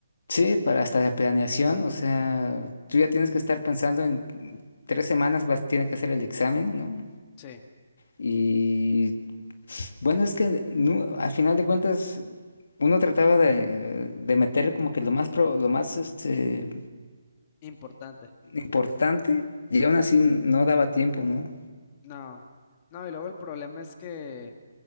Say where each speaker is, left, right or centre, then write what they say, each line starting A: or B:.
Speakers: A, on the left (about 65°); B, on the left (about 30°).
A: Sí, para hasta la planeación, o sea, tú ya tienes que estar pensando en mm, tres semanas vas, tiene que hacer el examen, ¿no?
B: Sí,
A: Y bueno, es que nu- al final de cuentas uno trataba de, de meter como que lo más pro- lo más este
B: importante.
A: importante y aún así no daba tiempo, ¿no?
B: No, no, y luego el problema es que